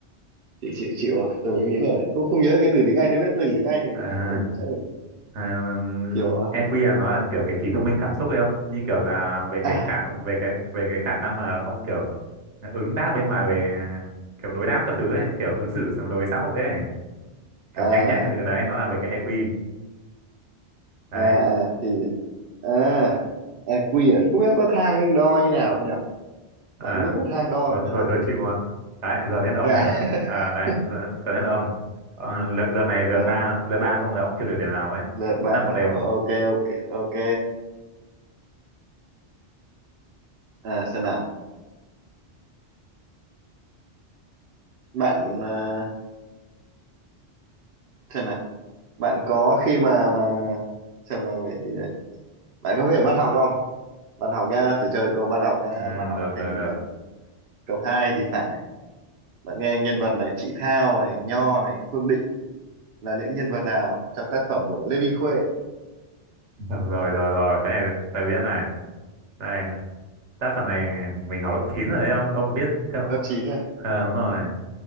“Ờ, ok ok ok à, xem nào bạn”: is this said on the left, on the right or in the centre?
Right